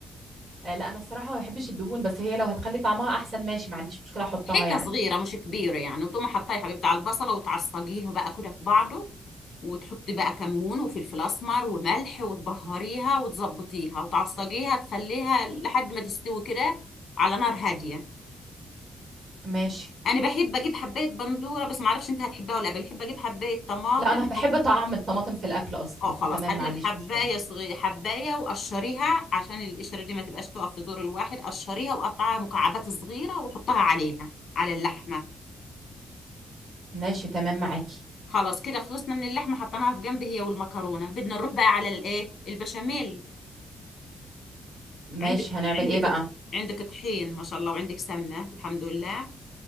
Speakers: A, on the right; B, on the left.
A: آه لا أنا الصراحة ما بحبش الدهون بس هي لو هتخلي طعمها أحسن ماشي ما عنديش مشكلة أحطها
B: حتة
A: يعني
B: صغيرة مش كبيرة يعني وتقوم حطيها يا حبيبتي على البصلة وتعصجيها بقى كده في بعضه وتحطي بقى كمون وفلفل اسمر وملح وتبهريها وتظبطيها وتعصجيها تخليها لحد ما تستوي كده على نار هادية
A: ماشي
B: انا بحب اجيب حبايه بندوره بس ما اعرفش انت هتحبها ولا لا بحب اجيب حبايه طماطم
A: لا أنا بحب طعم الطماطم في الأكل أصلا
B: اه خلاص
A: فتمام
B: هاتي
A: ما
B: لك
A: عنديش
B: حبايه
A: مشكلة
B: صغيره حبايه وقشريها عشان القشره دي ما تبقاش تقف في زور الواحد قشريها وقطعها مكعبات صغيره وحطها عليها على اللحمه
A: ماشي تمام معاكي
B: خلاص كده خلصنا من اللحمه حطيناها في جنب هي والمكرونه بدنا نروح بقى على الايه البشاميل
A: ماشي
B: عندك
A: هنعمل
B: عندك
A: إيه بقى؟
B: عندك طحين ما شاء الله وعندك سمنه الحمد لله